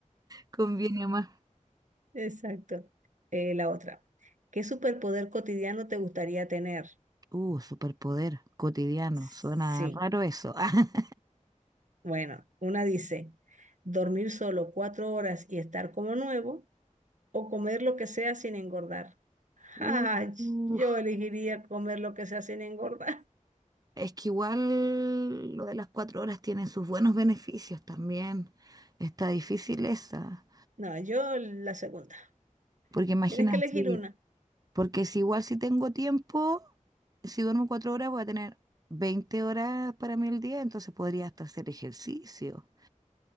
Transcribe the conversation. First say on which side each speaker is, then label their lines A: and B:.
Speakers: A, on the right; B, on the right.
A: conviene más.
B: <laughs> exacto. Eh, la otra. ¿Qué superpoder cotidiano te gustaría tener?
A: Uh, superpoder cotidiano.
B: Sí,
A: Suena raro eso. <laughs>
B: bueno, una dice, dormir solo cuatro horas y estar como nuevo o comer lo que sea sin engordar. <laughs> Ay,
A: u- uf.
B: yo elegiría comer lo que sea sin engordar. <laughs>
A: Es que igual lo de las cuatro horas tiene sus buenos beneficios también. Está difícil esa.
B: No, yo la segunda.
A: Porque imagina,
B: Tienes que elegir
A: si-
B: una.
A: porque si igual si tengo tiempo, si duermo cuatro horas voy a tener 20 horas para mí el día, entonces podría hasta hacer ejercicio,